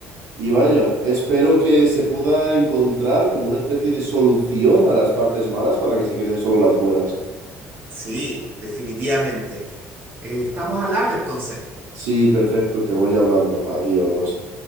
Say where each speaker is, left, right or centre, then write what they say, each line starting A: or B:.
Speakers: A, on the right; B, on the right.
A: y vaya, espero que se pueda encontrar como una especie de solución a las partes malas para que se queden solo las buenas.
B: Sí, definitivamente. Eh, estamos al habla entonces.
A: Sí, perfecto, te voy hablando. Adiós.